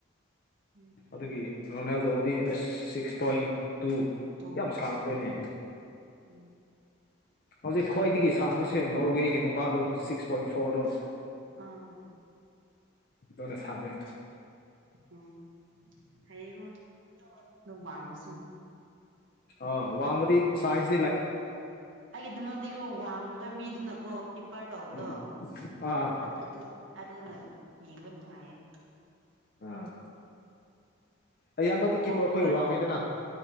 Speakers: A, on the right; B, on the left.
A: ꯎꯝ
B: ꯑꯗꯨꯒꯤ ꯔꯣꯅꯥꯜꯗꯣꯗꯤ ꯑꯁ ꯁꯤꯛꯁ ꯄꯣꯏꯟ ꯇꯨ
A: ꯇꯣ
B: ꯌꯥꯝ ꯁꯥꯡꯈ꯭ꯔꯦꯅꯦ
A: ꯎꯝ
B: ꯍꯧꯖꯤꯛ ꯈ꯭ꯋꯥꯏꯗꯒꯤ ꯁꯥꯡꯕꯁꯦ ꯅꯣꯔꯋꯦꯒꯤ ꯅꯨꯄꯥꯗꯣ ꯁꯤꯛꯁ ꯄꯣꯏꯟ ꯐꯣꯔꯗꯣ
A: ꯑꯥ ꯑꯥ
B: ꯑꯗꯨꯅ ꯁꯡꯉꯦ
A: ꯎꯝ ꯍꯥꯏꯩꯌꯦꯀꯣ ꯅꯣꯛ ꯋꯥꯡꯕꯁꯨ
B: ꯑ ꯋꯥꯡꯃꯗꯤ ꯁꯥꯏꯟꯁ
A: ꯑꯩꯒꯤꯗꯨꯃꯛꯇꯤꯀꯣ ꯋꯥꯡꯕ ꯃꯤꯗꯨꯅꯀꯣ ꯀꯤꯞꯄꯔ ꯇꯧꯕꯗꯣ
B: ꯎꯝ ꯑꯥ
A: ꯑꯗꯨ ꯑꯗꯨꯅ ꯌꯦꯡꯕ ꯅꯨꯡꯉꯥꯏꯌꯦ
B: ꯑꯥ ꯑꯌꯥꯝꯕꯗꯤ ꯀꯤꯞꯄꯔ
A: ꯒꯣꯀꯤ
B: ꯈꯣꯏ
A: ꯄꯥ
B: ꯋꯥꯡꯉꯤꯗꯅ
A: ꯇꯕ